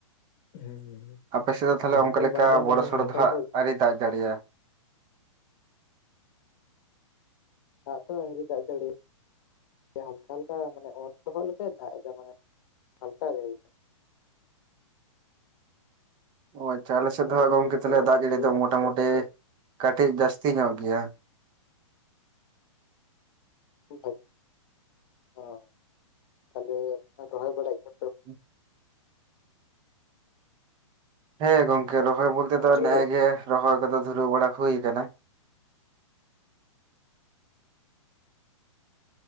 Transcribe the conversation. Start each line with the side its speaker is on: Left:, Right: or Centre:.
Left: ᱦᱩᱸ
Right: ᱟᱯᱮᱥᱮᱫ ᱫᱚ ᱛᱟᱦᱞᱮ
Left: ᱫᱟᱜ
Right: ᱚᱱᱠᱟ ᱞᱮᱠᱟ
Left: ᱵᱟᱭ ᱫᱟᱜ ᱮᱫᱟ
Right: ᱵᱚᱲᱚ
Left: ᱱᱤᱭᱟᱹ
Right: ᱥᱚᱲᱚ
Left: ᱦᱟᱞᱠᱟ
Right: ᱫᱚ ᱦᱟᱸᱜ
Left: ᱦᱟᱞᱠᱟ
Right: ᱟᱹᱣᱨᱤᱭ ᱫᱟᱜ ᱡᱟᱹᱲᱤᱭᱟᱭ
Left: ᱫᱟᱜ ᱛᱚ ᱟᱹᱣᱨᱤ ᱫᱟᱜ ᱡᱟᱹᱲᱤ ᱦᱟᱞᱠᱟ ᱦᱟᱞᱠᱟ ᱢᱟᱱᱮ ᱚᱛ ᱞᱚᱦᱚᱫ ᱞᱮᱠᱟᱭ ᱫᱟᱜ ᱮᱫᱟ ᱢᱟᱱᱮ ᱦᱟᱞᱠᱟ ᱜᱮ ᱮᱠᱫᱚᱢ
Right: ᱚ ᱟᱪᱪᱷᱟ ᱟᱞᱮ ᱥᱮᱫ
Left: ᱦᱩᱲᱩ
Right: ᱫᱚ ᱦᱟᱸᱜ
Left: ᱨᱚᱦᱚᱭ
Right: ᱜᱚᱝᱠᱮ
Left: ᱠᱚᱫᱚ
Right: ᱛᱟᱦᱞᱮ
Left: ᱟᱹᱣᱨᱤ
Right: ᱫᱟᱜ ᱡᱟᱹᱲᱤ
Left: ᱦᱩᱭᱩᱜᱼᱟ
Right: ᱫᱚ ᱢᱚᱴᱟ
Left: ᱱᱤᱛᱚᱜ
Right: ᱢᱩᱴᱤ
Left: ᱟᱯᱟᱛᱚ
Right: ᱠᱟᱹᱴᱤᱡ ᱡᱟᱹᱥᱛᱤ ᱧᱚᱜ ᱜᱮᱭᱟ
Left: <inaudible> ᱚ ᱛᱟᱦᱚᱞᱮ ᱨᱚᱦᱚᱭ ᱵᱟᱲᱟᱭ ᱜᱮ?
Right: <unintelligible> ᱦᱮᱸ ᱜᱚᱝᱠᱮ ᱨᱚᱦᱚᱭ ᱵᱚᱞᱛᱮ
Left: ᱟᱸᱡᱚᱢ
Right: ᱫᱚ ᱱᱮᱜᱮ
Left: ᱫᱟᱵᱤᱱ
Right: ᱜᱮ ᱨᱚᱦᱚᱭ ᱠᱚᱫᱚ ᱫᱷᱩᱨᱟᱹᱣ ᱵᱟᱲᱟ ᱦᱩᱭ ᱟᱠᱟᱱᱟ᱾